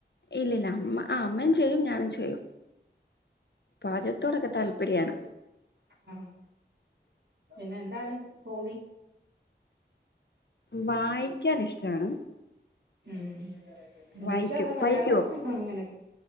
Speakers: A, on the left; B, on the right.
A: ഇല്ലില്ല അമ്മ ആ അമ്മയും ചെയ്യും ഞാനും ചെയ്യും പാചകത്തോടൊക്കെ താല്പര്യമാണ്.
B: ആഹ് പിന്നെ എന്താണ് ഹോബി
A: വായിക്കൻ ഇഷ്ടാണ്
B: ഉം ഇംഗ്ലീഷോ
A: വായിക്കും
B: അതോ മലയാളം
A: വായിക്കുവോ
B: അങ്ങനെയെ